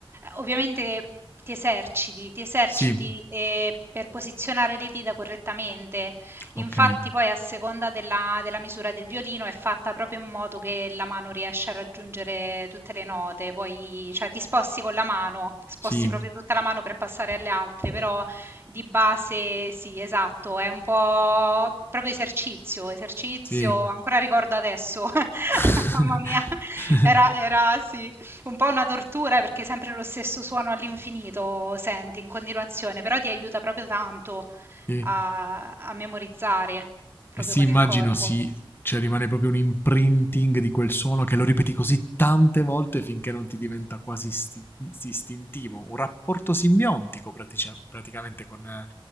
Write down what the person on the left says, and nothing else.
Sì,
ok,
sì,
sì.
<laughs>
Sì.
E sì,
immagino
sì, cioè rimane proprio un imprinting di quel suono che lo ripeti così tante volte finché non ti diventa quasi isti- istintivo, un rapporto simbiontico pratici- praticamente con, eh,